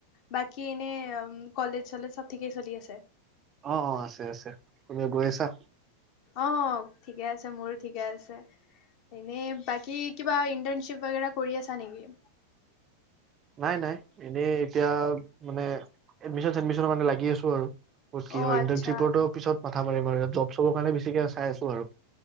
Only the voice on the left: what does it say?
বাকী এনে কলেজ-চলেজ চব ঠিকে চলি আছে?
অঁ ঠিকে আছে, মোৰো ঠিকে আছে। এনেই বাকী কিবা ইণ্টাৰ্ণশ্বিপ বাগেৰা কৰি আছা নেকি?
অঁ
আচ্ছা